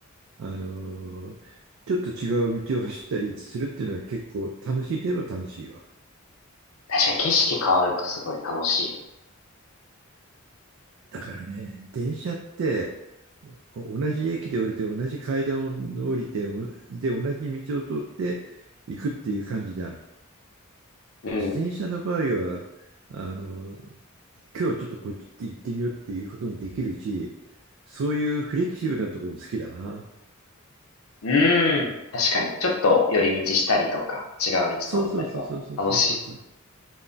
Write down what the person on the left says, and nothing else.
確かに景色変わるとすごい楽しいよ
ね。うん。
うん。確かに。ちょっと寄り道したりとか、違う道通ったりは楽しい。